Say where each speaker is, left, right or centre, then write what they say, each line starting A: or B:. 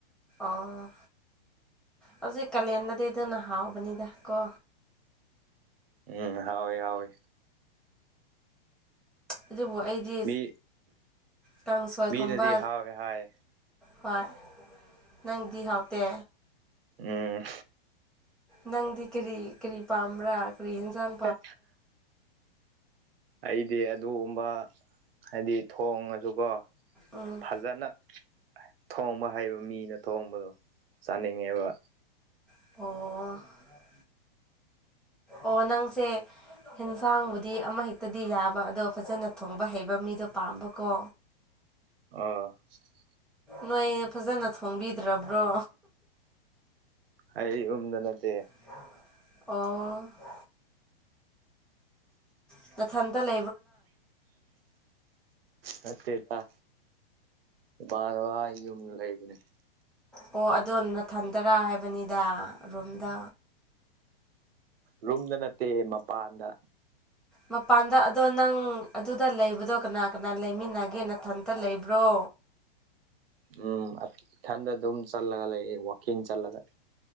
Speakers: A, in the centre; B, on the right.
A: ꯑꯣꯑꫭ ꯍꯧꯖꯤꯛ ꯀꯥꯂꯦꯟꯗꯗꯤ ꯑꯗꯨꯅ ꯍꯥꯎꯕꯅꯤꯗꯥ ꯀꯣ
B: ꯎꯝꯝ ꯍꯥꯎꯋꯦ ꯍꯥꯎꯋꯦ
A: ꯑꯗꯨꯕꯨ ꯑꯩꯗꯤ
B: ꯃꯤ
A: ꯀꯥꯡꯁꯣꯏꯒꯨꯝꯕꯥ
B: ꯃꯤꯅꯗꯤ ꯍꯥꯎꯋꯦ ꯍꯥꯏ
A: ꯍꯋꯥꯏ ꯅꯪꯗꯤ ꯍꯥꯎꯇꯦ
B: ꯎꯝꯝ
A: ꯅꯪꯗꯤ ꯀꯔꯤ ꯀꯔꯔꯤ ꯄꯥꯝꯕ꯭ꯔꯥ ꯀꯔꯤ ꯍꯦꯟꯖꯥꯡ
B: ꯑꯎ ꯑꯩꯗꯤ ꯑꯗꯨꯒꯨꯝꯕꯥ ꯍꯥꯏꯗꯤ ꯊꯣꯡꯉꯥ ꯁꯨꯀꯣ
A: ꯑꯝꯝ
B: ꯐꯖꯅꯥ ꯊꯣꯡꯕ ꯍꯩꯕ ꯃꯤꯅ ꯊꯣꯡꯕꯗꯣ ꯆꯥꯅꯤꯡꯉꯦꯕꯥ
A: ꯑꫭꯑꫭ ꯑꯣ ꯅꯪꯁꯦ ꯍꯦꯟꯁꯥꯡꯕꯨꯗꯤ ꯑꯃ ꯍꯦꯛꯇꯥ ꯇꯥꯗꯤ ꯌꯥꯕ ꯑꯗꯣ ꯐꯖꯅꯥ ꯊꯣꯡꯕ ꯍꯩꯕ ꯃꯤꯗꯣ ꯄꯥꯝꯕꯀꯣ
B: ꯑꯣꯑꫭ
A: ꯅꯣꯏ ꯐꯖꯅꯥ ꯊꯣꯡꯕꯤꯗ꯭ꯔ ꯕ꯭ꯔꯣ
B: ꯑꯩ ꯔꯨꯝꯗꯥ ꯅꯠꯇꯦ
A: ꯑꯣꯑꫭ ꯎ <unintelligible> ꯅꯊꯟꯇꯥ ꯂꯩ
B: ꯅꯠꯇꯦꯗꯥ ꯎꯄꯥ ꯋꯥ ꯌꯨꯝ ꯂꯩꯕꯅꯤ
A: ꯑꯣ ꯑꯗꫭ ꯅꯊꯟꯗꯔꯥ ꯍꯥꯏꯕꯅꯤꯗꯥ ꯔꯣꯨꯝꯗ꯫
B: ꯔꯨꯝꯗꯥ ꯅꯠꯇꯦ ꯃꯄꯥꯟꯗꯅꯤ꯫
A: ꯃꯄꯥꯟꯗꯥ ꯑꯗꯣ ꯅꯪ ꯑꯗꯨꯗ ꯂꯩꯕꯗꯣ ꯀꯅꯥ ꯀꯅꯥ ꯂꯩꯃꯤꯟꯅꯒꯦ ꯅꯊꯟꯇꯥ ꯂꯩꯕ꯭ꯔꯣ꯫
B: ꯎꯝ ꯏꯊꯟꯗ ꯑꯗꯨꯝ ꯆꯜꯂꯒ ꯂꯩꯌꯦ ꯋꯥꯛꯀꯤꯡ ꯆꯠꯂꯒꯥ꯫